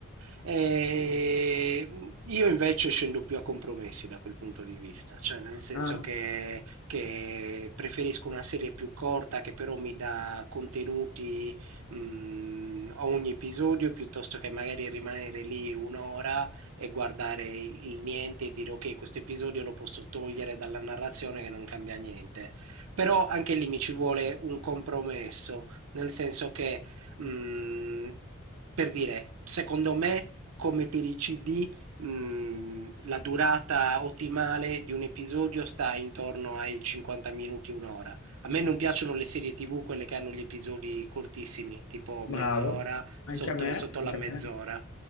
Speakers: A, on the right; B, on the left.
A: E
B: sì, sì.
A: io invece scendo più a compromessi da quel punto di vista, cioè nel senso
B: Ah,
A: che, che preferisco una serie più corta che però mi dà contenuti mh, ogni episodio piuttosto che magari rimanere lì un'ora e guardare il niente e dire ok, questo episodio lo posso togliere dalla narrazione che non cambia niente. Però anche lì mi ci vuole un compromesso, nel senso che, mh, per dire, secondo me, come per i CD, mh, la durata ottimale di un episodio sta intorno ai 50 minuti, un'ora. A me non piacciono le serie TV, quelle che hanno gli episodi cortissimi, tipo
B: bravo,
A: mezz'ora,
B: anche
A: sotto,
B: a me,
A: sotto
B: anche
A: la mezz'ora.
B: a me.